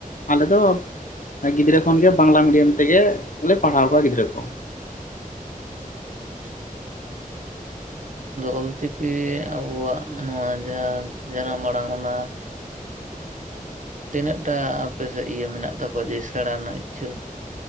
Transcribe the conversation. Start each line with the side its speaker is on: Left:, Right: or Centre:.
Left: ᱟᱞᱮ ᱫᱚ ᱜᱤᱫᱽᱨᱟᱹ ᱠᱷᱚᱱᱜᱮ ᱵᱟᱝᱞᱟ ᱢᱤᱰᱤᱭᱟᱢ ᱛᱮᱜᱮ ᱞᱮ ᱯᱟᱲᱦᱟᱣ ᱠᱚᱣᱟ ᱜᱤᱫᱽᱨᱟᱹ ᱠᱚ
Right: ᱟᱪᱪᱷᱟ ᱟᱫᱚ ᱚᱞ ᱪᱤᱠᱤ ᱟᱵᱚᱣᱟᱜ ᱱᱚᱣᱟ ᱡᱟᱦᱟᱸ ᱡᱟᱱᱟᱢ ᱟᱲᱟᱝ ᱚᱱᱟ ᱦᱩᱸ ᱛᱤᱱᱟᱹᱜ ᱴᱟ ᱟᱯᱮ ᱥᱮᱫ ᱤᱭᱟᱹ ᱢᱮᱱᱟᱜ ᱛᱟᱠᱚᱣᱟ ᱡᱮ ᱥᱮᱬᱟ ᱨᱮᱱᱟᱜ ᱤᱪᱪᱷᱟᱹ